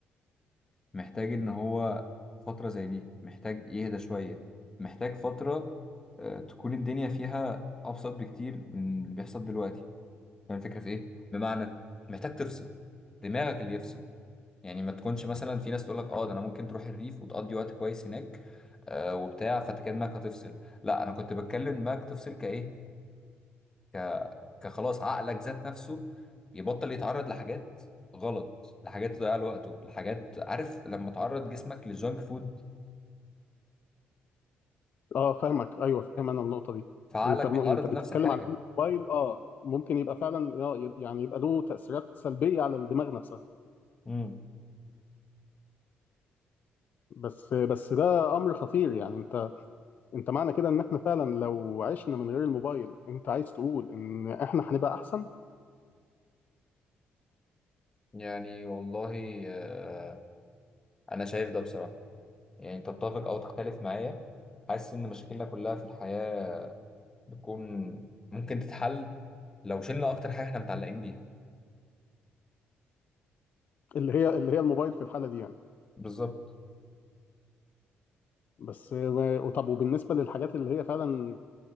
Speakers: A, on the left; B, on the left.
A: محتاج ان هو فترة زي دي محتاج يهدى شوية محتاج فترة آه، تكون الدنيا فيها ابسط بكتير من اللي بيحصل دلوقتي فاهم الفكرة في ايه بمعنى محتاج تفصل دماغك اللي يفصل يعني ما تكونش مثلا في ناس تقول لك اه ده انا ممكن تروح الريف وتقضي وقت كويس هناك آه، وبتاع فانت كده دماغك هتفصل لا انا كنت بتكلم دماغك تفصل كايه ك... كخلاص عقلك ذات نفسه يبطل يتعرض لحاجات غلط لحاجات تضيع له وقته لحاجات عارف لما تعرض جسمك لجانك فود
B: اه فاهمك ايوه فاهم انا النقطه دي
A: فعقلك
B: انت م...
A: بيتعرض
B: انت بتتكلم
A: لنفس الحاجة
B: على إن الموبايل اه ممكن يبقى فعلا آه، يعني يبقى له تاثيرات سلبيه على الدماغ نفسها
A: امم
B: بس بس ده امر خطير يعني انت انت معنى كده ان احنا فعلا لو عشنا من غير الموبايل انت عايز تقول ان احنا هنبقى احسن
A: يعني والله آه، أنا شايف ده بصراحة يعني تتفق أو تختلف معايا حاسس إن مشاكلنا كلها في الحياة بتكون ممكن تتحل لو شلنا أكتر حاجة إحنا متعلقين بيها
B: اللي هي اللي هي الموبايل في الحالة دي يعني
A: بالظبط
B: بس و- طب وبالنسبة للحاجات اللي هي فعلا